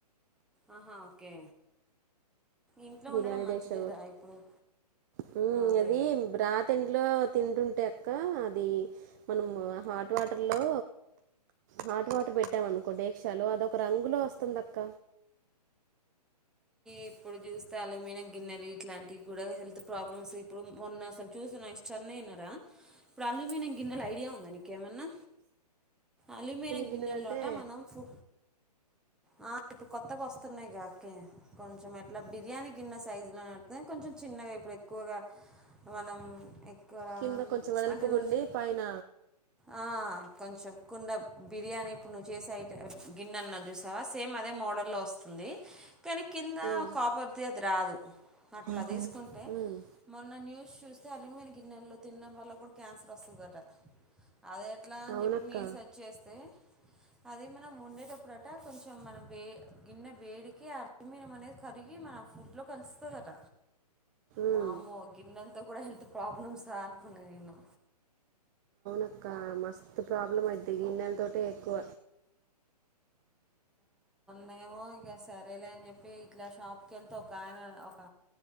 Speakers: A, in the centre; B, on the right.
A: ఆహా ఓకే ఇంట్లో
B: బిర్యానీ
A: ఉండడం మంచిదేరా
B: డేక్షో
A: ఇప్పుడు
B: గూడ
A: అదేలే
B: అది బ్రాతేండిలో తింటుంటే అక్క అది మనం హాట్ వాటర్ లో హాట్ వాటర్ బేట్టాం అనుకో డేక్షలో అదొక రంగులో ఓస్తుందక్క
A: ఈప్పుడు జుస్తే అలుమిన గిన్నె ఇట్లాంటివి గూడా హెల్త్ ప్రాబ్లమ్స్ ఇప్పుడు మొన్న అసలు చూసిన ఇంస్టా అయినారా ఇప్పుడు అల్యూమినియం గిన్నెల్ ఐడియా ఉందా నీకేమన్నా అల్యూమినియం గిన్నెలో
B: గిన్నెలు అంటే
A: ఆట మనం ఫూ ఆ ఇప్పుడు కొత్తగా ఓస్తున్నాయిగా ఓకే కొంచెం ఎట్లా బిర్యానీ గిన్నె సైసులో కొంచెం చిన్నగా ఇప్పుడు ఎక్కువగా వనం ఎక్కడ
B: కింద కొంచెం వెడల్పుగుండి
A: అంటే నువ్
B: పైన
A: ఆ కొంచెం కుండ బిర్యానీ ఇప్పుడు నువ్వు చేసే ఐట గిన్నె అన్నవ్ జూసావా సేమ్ అదే మోడల్లో ఓస్తుం ది కానీ కింద
B: ఉమ్,
A: కాపర్ది అది రాదు అట్ల
B: ఓహో
A: దీస్కుంటే
B: ఉమ్,
A: మొన్న న్యూస్ సూష్ తల్యూమిని గిన్నెల్లో తిండం వల్ల గూడా క్యాన్సర్ ఒస్తదట అదేట్లా అన్
B: అవునక్క
A: జెప్పి నేన్ సెర్చ్ చేస్తే అది మనం వొండేటప్పుడట కొంచెం మనం వే గిన్నె వేడికే ల్యూమినం అనేది కరిగి మన ఫుడ్ లో కలుస్తదట
B: ఉమ్,
A: వామ్మో గిన్నెల్ అంత గూడా హెల్త్ ప్రాబ్లమ్స్ ఆ అనుకున్నా నేను
B: అక్క మస్తు ప్రాబ్లం అయిద్ది గిన్నెలతోటే ఎక్కువ
A: నేమొ ఇంగ సరేలే అంజేప్పి ఇట్లా షాప్కెళ్తే ఒక ఆయన ఒక